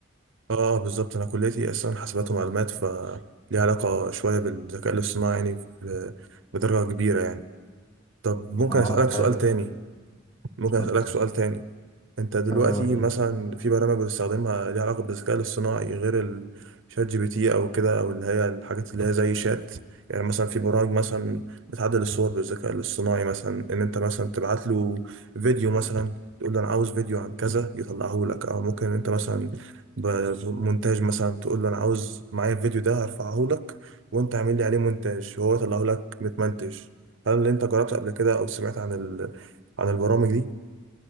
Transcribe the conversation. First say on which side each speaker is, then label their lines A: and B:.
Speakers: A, on the right; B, on the left.
A: اه بالظبط انا كليتي اصلا حاسبات ومعلومات ف ليها علاقه شويه بالذكاء الاصطناعي يعني ب- بدرجه كبيره يعني طب ممكن
B: اه
A: اسالك سؤال
B: حلو
A: تاني ممكن
B: اتفضل
A: اسالك سؤال تاني انت دلوقتي
B: اه ايه
A: مثلا في برامج بتستخدمها ليها علاقة بالذكاء الاصطناعي غير الشات جي بي تي او كده او اللي هي الحاجات اللي هي زي شات يعني مثلا في برامج مثلا بتعدل الصور بالذكاء الاصطناعي مثلا ان انت مثلا تبعت له فيديو مثلا تقول له انا عاوز فيديو عن كذا يطلعه لك او ممكن انت مثلا بمونتاج مثلا تقول له انا عاوز معايا الفيديو ده هرفعه لك وانت اعمل لي عليه مونتاج وهو يطلعه لك متمنتج هل انت جربت قبل كده او سمعت عن ال... عن البرامج دي؟